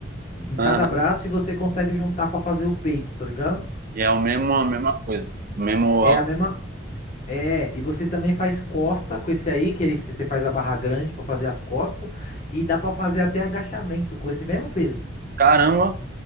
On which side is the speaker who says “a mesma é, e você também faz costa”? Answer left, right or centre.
Left